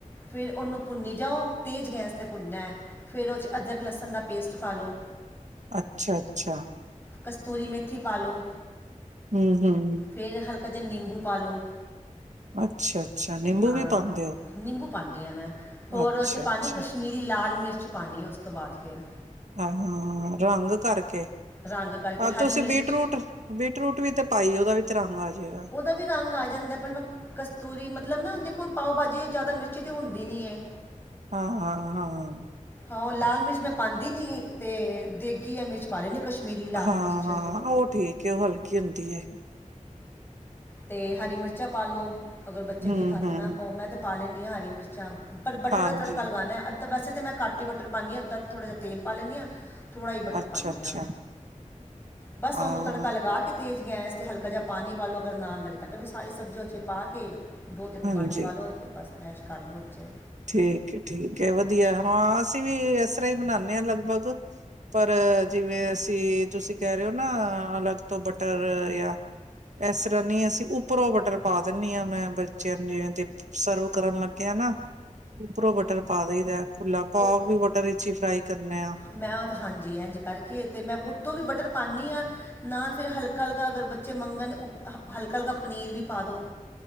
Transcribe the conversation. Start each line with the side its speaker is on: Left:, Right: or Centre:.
Left: ਫਿਰ ਉਹਨੂੰ ਭੁੰਨੀ ਜਾਓ ਤੇਜ਼ ਗੈਸ 'ਤੇ ਭੁੰਨਨਾ ਫਿਰ ਓ 'ਚ ਅਦਰਕ ਲਸਣ ਦਾ ਪੇਸਟ ਪਾਲੋ।
Right: ਅੱਛਾ- ਅੱਛਾ
Left: ਕਸਤੂਰੀ ਮੇਥੀ ਪਾਲੋ
Right: ਹਮ ਹਮ
Left: ਫਿਰ ਹਲਕਾ ਜਿਹਾ ਨਿੰਬੂ ਪਾ ਲਉ
Right: ਅੱਛਾ- ਅੱਛਾ, ਨਿੰਬੂ
Left: ਹਾਂ
Right: ਵੀ ਪਾਉਂਦੇ ਹੋ
Left: ਨਿੰਬੂ ਪਾਉਂਦੀ ਹਾਂ ਮੈਂ, ਹੋਰ
Right: ਅੱਛਾ
Left: ਉਹ 'ਚ ਪਾਉਣੀ
Right: ਅੱਛਾ
Left: ਕਸ਼ਮੀਰੀ ਲਾਲ ਮਿਰਚ ਪਾਉਣੀ ਉਸ ਤੋਂ ਬਾਅਦ ਫਿਰ
Right: ਹ, ਰੰਗ ਕਰਕੇ,
Left: ਰੰਗ ਕਰਕੇ
Right: ਆ
Left: ਹਰੀ
Right: ਤੁਸੀਂ
Left: ਮਿਰਚ
Right: ਬੀਟ ਰੂਟ ਬੀਟ ਰੂਟ ਵੀ ਤੇ ਪਾਈ, ਉਹਦਾ ਵੀ ਤਿਰੰਗ ਆ ਜਾਏਗਾ
Left: ਉਹਦਾ ਵੀ ਰੰਗ ਆ ਜਾਂਦਾ, ਪਰ ਮੈਂ ਕਸਤੂਰੀ, ਮਤਲਬ ਨਾ ਦੇਖੋ ਪਾਓ ਭਾਜੀ ਜ਼ਿਆਦਾ ਮਿਰਚੀ ਤਾਂ ਹੁੰਦੀ ਨੀ ਹੈ
Right: ਹਾਂ- ਹਾਂ- ਹਾਂ
Left: ਹਾਂ ਉਹ ਲਾਲ ਮਿਰਚ ਮੈਂ ਪਾਂਦੀ ਨਹੀਂ, ਤੇ ਦੇਗੀ ਹੈ ਮਿਰਚ ਪਾਲ ਲਈ ਨੇ ਕਸ਼ਮੀਰੀ ਲਾਲ
Right: ਹਾਂ
Left: ਮਿਰਚ
Right: ਹਾਂ ਉਹ ਠੀਕ ਘਿਉ ਹਲਕੀ ਹੁੰਦੀ ਹੈ
Left: ਤੇ ਹਰੀ ਮਿਰਚਾਂ ਪਾ ਲਉ, ਅਗਰ ਬੱਚੇ
Right: ਹੂੰ
Left: ਨਹੀਂ ਖਾਂਦੇ
Right: ਹੂੰ
Left: ਨਾ ਪਾਓ ਮੈਂ ਤਾਂ ਪਾ ਲੈਂਦੀ ਹਾਂ ਹਰੀ ਮਿਰਚਾਂ ਪਰ ਬਟਰ
Right: ਹਾਂਜੀ
Left: ਦਾ ਤੜਕਾ ਲਗਾਉਦੇ ਹੈ ਅਧ ਵੈਸੇ ਤਾਂ ਮੈਂ ਕੱਟ ਹੀ ਬਟਰ ਪਾਉਂਦੀ ਹਾਂ, ਅੱਧਾਥੋੜ੍ਹਾ ਜਿਹਾ ਤੇਲ ਪਾ ਲੈਂਨੀ ਹਾਂ ਥੋੜ੍ਹਾ ਜਿ ਬਟਰ
Right: ਅੱਛਾ
Left: ਪਾਉਂਦੀ
Right: ਅੱਛਾ
Left: ਹਾਂ, ਬਸ
Right: ਹਾਂ,
Left: ਉਹਨੂੰ ਤੜਕਾ ਲਗਾ ਕੇ ਤੇਜ਼ ਗੈਸ 'ਤੇ ਹਲਕਾ ਜਿਹਾ ਪਾਣੀ ਪਾ ਲਓ, ਅਗਰ ਨਾਲ ਲੱਗਦਾ ਤਾਂ ਵੀ ਸਾਰੀ ਸਬਜ਼ੀ ਉਹਦੇ 'ਚ ਪਾ ਕੇ ਦੋ ਤਿੰਨ ਉਬਾਲੇ
Right: ਹਾਂਜੀ।
Left: ਦੁਆ ਲਓ, ਤੇ ਬਸ ਮੈਸ਼ ਕਰ ਲਓ 'ਚ
Right: ਠੀਕ ਐ, ਠੀਕ ਐ ਵਧੀਆ, ਹਾਂ ਅਸੀਂ ਵੀ ਇਸ ਤਰ੍ਹਾਂ ਹੀ ਬਣਾਉਦੇ ਹਾਂ ਲਗਭਗ ਪਰ, ਜਿਵੇਂ ਅਸੀਂ ਤੁਸੀਂ ਕਹਿ ਰਹੇ ਹੋ ਨਾ ਅਲੱਗ ਤੋਂ ਬਟਰ ਜਾਂ ਇਸ ਤਰ੍ਹਾਂ ਨੀ ਅਸੀਂ, ਉੱਪਰੋਂ ਬਟਰ ਪਾ ਦਿੰਦੀ ਹਾਂ ਮੈਂ ਬੱਚਿਆਂ ਨੂੰ ਜਿਵੇਂ ਸਰਵ ਕਰਨ ਲੱਗੇ ਆ ਨਾ ਉਪਰੋਂ ਬਟਰ ਪਾ ਦੇ ਹੀਦਾ ਖੁਲਾ, ਪਾਵ
Left: ਉਹ
Right: ਵੀ ਬਟਰ 'ਚ ਹੀ ਫਰਾਈ ਕਰਨਾ
Left: ਮੈਂ ਉਹ ਤਾਂ ਹਾਂਜੀ ਇਂਝ ਕਰਕੇ, ਤੇ ਮੈਂ ਉੱਤੋਂ ਵੀ ਬਟਰ ਪਾਉਂਦੀ ਹਾਂ ਨਾਲ ਫਿਰ ਹਲਕਾ- ਹਲਕਾ ਅਗਰ ਬੱਚੇ ਮੰਗਣ, ਹਲਕਾ- ਹਲਕਾ ਪਨੀਰ ਵੀ ਪਾ ਦੋ